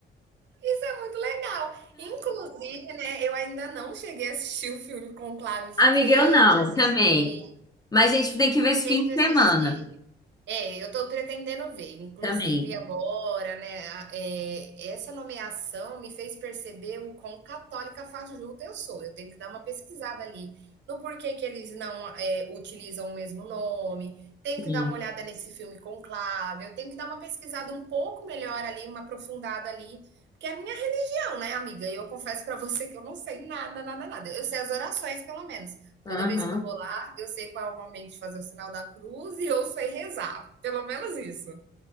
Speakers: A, on the right; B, on the left.
A: isso é muito legal. Inclusive, né, eu ainda não cheguei a assistir o filme Conclave, fiquei
B: Amiga, eu não,
A: de assistir,
B: também. Mas a gente tem que ver esse
A: fiquei
B: fim de
A: de
B: semana
A: assistir. É, eu estou pretendendo ver, inclusive
B: também.
A: agora, né, a- é, essa nomeação me fez perceber o quão católica fajuta eu sou. Eu tenho que dar uma pesquisada ali no porquê que eles não é, utilizam o mesmo nome, tenho
B: Sim.
A: que dar uma olhada nesse filme Conclave, eu tenho que dar uma pesquisada um pouco melhor ali, uma aprofundada ali, porque a minha não, né, amiga? Eu confesso pra você que eu não sei nada, nada, nada. Eu sei as orações, pelo menos.
B: Aham.
A: Toda vez que eu vou lá, eu sei qual é o momento de fazer o sinal da cruz e eu sei rezar. Pelo menos isso.